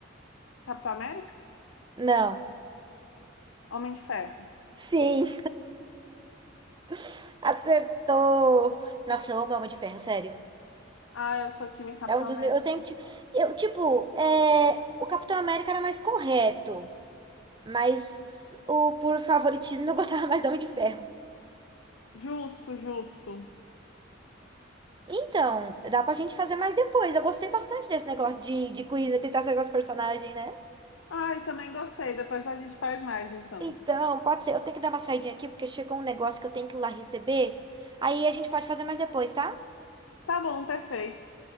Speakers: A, on the left (about 85°); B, on the right (about 25°).
A: Capitão América?
B: Não.
A: Homem de Ferro.
B: Sim. <laughs> Acertou! Nossa, eu amo Homem de Ferro, sério.
A: Ah, eu sou time Capitão
B: É um dos
A: América.
B: meus. Eu sempre. ti- Eu, tipo, é... o Capitão América era mais correto. Mas o por favoritismo eu <laughs> gostava mais do Homem de Ferro.
A: Justo, justo.
B: Então, dá pra gente fazer mais depois. Eu gostei bastante desse negócio de, de quiz, né? Tentar acertar os personagens, né?
A: Ai, também gostei. Depois a gente faz mais, então.
B: Então, pode ser. Eu tenho que dar uma saidinha aqui, porque chegou um negócio que eu tenho que ir lá receber. Aí a gente pode fazer mais depois, tá?
A: Tá bom, perfeito.